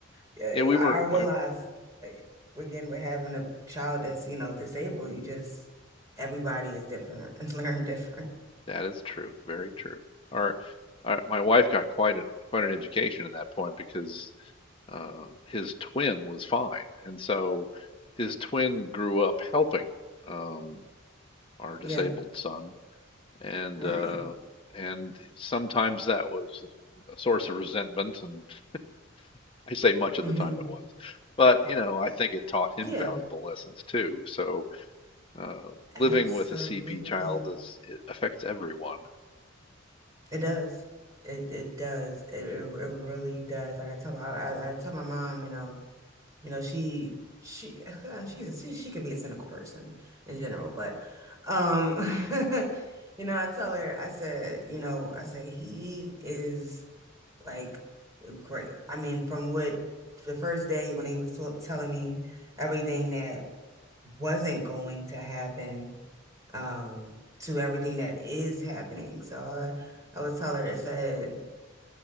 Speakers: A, on the right (about 15°); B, on the left (about 25°).
A: yeah,
B: Yeah, we
A: I,
B: were
A: I realize
B: my
A: like again, we're having a child that's, you know, disabled, you just everybody is different <laughs> and learn different.
B: That is true. Very true. Our, our my wife got quite a quite an education at that point because uh, his twin was fine, and so his twin grew up helping um, our disabled
A: Yeah,
B: son, and
A: right.
B: uh, and sometimes that was a source of resentment, and <laughs> I say much of
A: hmm
B: the time it was, but you know I think it taught him
A: Yeah,
B: valuable lessons too. So uh,
A: absolutely.
B: living with a CP child is it affects everyone.
A: It does. It it does. It it, it really does. Like I tell my I, I tell my mom, you know. You know, she she <laughs> she's she she could be a cynical person in general, but um <laughs> you know, I tell her, I said, you know, I said he is like great. I mean, from what the first day when he was t telling me everything that wasn't going to happen, um, to everything that is happening. So I, I would tell her, I said,